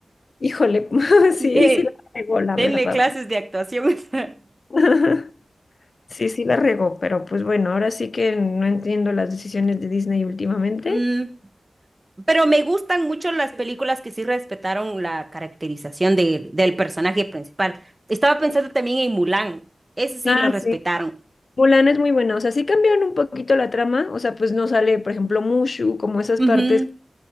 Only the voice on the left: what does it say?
Híjole, <laughs> sí,
sí la regó, la
verdad.
<laughs> Sí, sí la regó, pero pues bueno, ahora sí que no entiendo las decisiones de Disney últimamente.
Ah,
sí. Mulan es muy buena, o sea, sí cambiaron un poquito la trama, o sea, pues no sale, por ejemplo, Mushu, como esas partes,